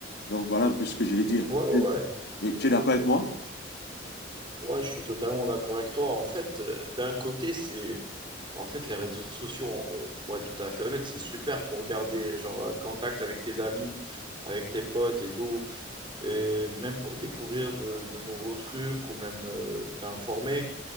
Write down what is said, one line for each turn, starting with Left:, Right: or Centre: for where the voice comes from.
Left: Donc, voilà un peu ce que je vais dire.
Right: ouais,
Left: Tu,
Right: ouais,
Left: oui, tu es d'accord avec moi?
Right: ouais, je suis totalement d'accord avec toi. En fait, euh, d'un côté, c'est, en fait, les réseaux sociaux, euh, pour être tout à fait honnête, c'est super pour garder, genre, euh, contact avec tes amis, avec tes potes et tout, et même pour découvrir de, de nouveaux trucs ou même euh, t'informer.